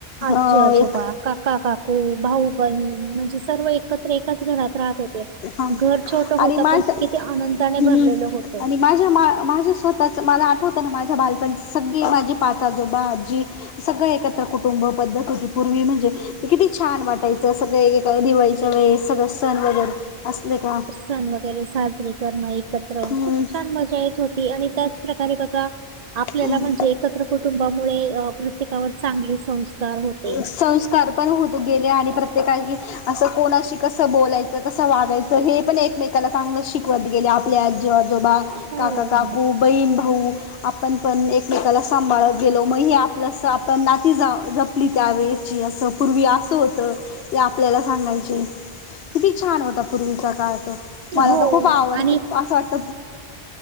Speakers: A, on the right (about 55°); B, on the left (about 75°).
A: आजी
B: ह
A: आजोबा
B: एक
A: काका काकू भाऊ बहीण म्हणजे सर्व एकत्र एकाच घरात राहत होते.
B: हा
A: घर छोटं
B: आणि
A: होतं
B: माझ
A: पण किती आनंदाने
B: हम्म
A: भरलेलं होतं.
B: आणि माझ्या माझ्या स्वतःच मला आठवतं ना माझ्या बालपणीची सगळी माझी पाचजोबा आजी सगळं एकत्र कुटुंब पद्धत होती पूर्वी म्हणजे ते किती छान वाटायचं सगळ दिवाळीच्या वेळेस सगळं सण वगैरे असले का
A: सण वगैरे साजरे करणं एकत्र
B: हम्म
A: खूप छान मजा येत होती आणि त्याचप्रकारे बघा आपल्याला
B: हम्म
A: म्हणजे एकत्र कुटुंबामुळे प्रत्येकावर चांगले संस्कार होते.
B: संस्कार पण होत गेले आणि प्रत्येकाची असं कोणाशी कसं बोलायचं कसं वागायचं हे पण एक एकमेकाला चांगलं शिकवत गेले आपल्या आजीआजोबा
A: हो.
B: काका काकू बहीण भाऊ आपण पण एकमेकाला सांभाळत गेलो म हे आपलंस आपण नाच ज जपली त्यावेळेची अस पूर्वी असं होत ते आपल्याला सांगायचे. किती छान होता पूर्वीचा काळ तो, मला
A: हो
B: तर खूप आवडतो
A: आणि
B: असं वाटत